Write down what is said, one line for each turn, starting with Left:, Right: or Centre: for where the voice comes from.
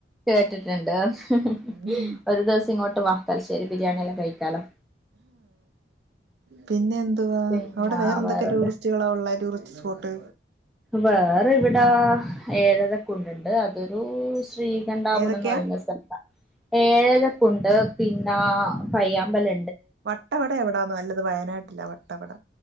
Centre: കേട്ടിട്ട്ണ്ട് ഹ് ഹ് ഹ്
Right: ഉം
Centre: ഒരു ദിവസം ഇങ്ങോട്ട് വാ ത്തൽശേരി ബിരിയാണിെല്ലാം കഴിക്കാലോ
Right: പിന്നെ എന്തുവാ
Centre: പിന്നെ
Right: അവടെ വേറെ എന്തൊക്കെ
Centre: വേറെന്ത്
Right: ടൂറിസ്റ്റുകളാ ഉള്ളെ ടൂറിസ്റ്റ് സ്ഫോട്ട്
Centre: വേറെ ഇവിടാ ഏതതൊക്കുണ്ട്ണ്ട് അതൊരു സ് ശ്രീകണ്ഠാപുരം
Right: ഏതൊക്കെയാ
Centre: എന്ന് പറയുന്ന സ്ഥല ഏഴലക്കുണ്ട് പിന്നെ പയ്യാമ്പല്
Right: വട്ടവട, എവിടാന്ന നല്ലത്. വയനാട്ടില്ലാ വട്ടവട...